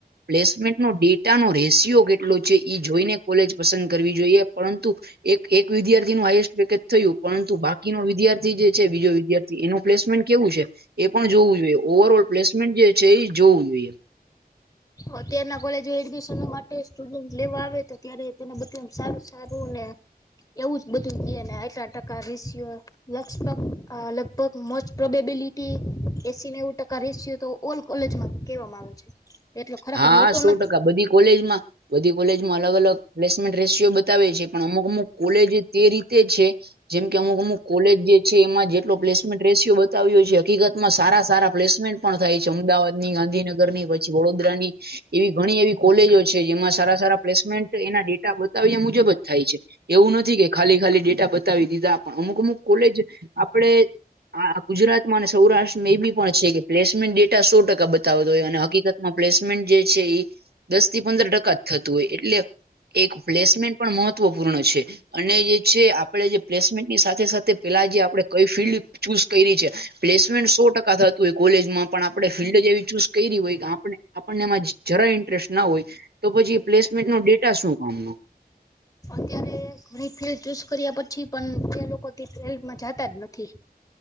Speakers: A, on the right; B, on the left.
A: પ્લેસમેન્ટ નો ડેટા નો રેશિયો કેટલો છે, ઈ જોઈને કોલેજ પસંદ કરવી જોઈએ. પરંતુ, એક એક વિદ્યાર્થી નું હાઈએસ્ટ પેકેજ થયું, પરંતુ બાકીનો વિદ્યાર્થી, જે છે, બીજો વિદ્યાર્થી એનું પ્લેસમેન્ટ કેવું છે? એ પણ જોવું જોઈએ. ઓવર ઓલ પ્લેસમેન્ટ, જે છે, એ જોવું જોઈએ
B: અત્યારના કોલેજો એડમિશન માટે સ્ટુડન્ટ લેવા આવે, તો ત્યારે તેને બધું માં સારું સારું ને એવું જ બધું ને આટલા ટકા રીસિયો લગભગ, લગભગ, મોસ્ટ પ્રોબેબિલીિટી, એસી ને એવું ટકા રેસિયો, તો ઓલ કોલેજમાં કહેવામાં આવે છે. એટલે ખરેખર
A: હા,
B: હોતો
A: સો
B: નથી.
A: ટકા બધી કોલેજ માં બધી કોલેજમાં અલગ અલગ પ્લેસમેન્ટ રેશિયો બતાવે છે, પણ અમુક અમુક કોલેજ તે રીતે છે, જેમ કે અમુક અમુક કોલેજ, જે છે, એમાં જેટલો પ્લેસમેન્ટ રેશિયો આવ્યો છે. હકીકત માં, સારા સારા પ્લેમેન્ટ પણ થાય છે, અમદાવાદ ની, ગાંધીનગર ની વડોદરાની એવી ઘણી એવી કોલેજો છે, જેમાં સારા સારા પ્લેસમેન્ટ એના ડેટા મુજબ જ થાય છે. એવું નથી કે, ખાલી ખાલી ડેટા બતાવી દીધા, પણ અમુક અમુક કોલેજ આપડે હા, ગુજરાતમાં અને સૌરાષ્ટ્રમાં એ બી પણ છે કે, પ્લેસમેન્ટ ડેટા સો ટકા બતાવતો હોય, અને હકીકત પ્લેસમેન્ટ, જે છે, એ દસ થી પંદર ટકા જ થતું હોય, એટલે એક પ્લેસમેન્ટ પણ મહત્વપૂર્ણ છે. અને જે છે આપડે જે પ્લેસમેન્ટની સાથે સાથે પેલા જે આપડ કઈ ફિલ્ડ ચૂઝ કરી છે. પ્લેસમેન્ટ સો ટકા થતું હોય કોલેજમાં પણ આપણે ફિલ્ડ એવી ચૂઝ કર હોય કે આપણને એમાં જરા ઇન્ટરેસ્ટ ના હોય તો પછી પ્લેસમેન્ટ નો ડેટા શું કામનો.
B: અત્યારે ઘણી ફિલ્ડ ચૂઝ કર્યા પછી પણ, તે લોકો ફિલ્ડમાં જાતા જ નથી.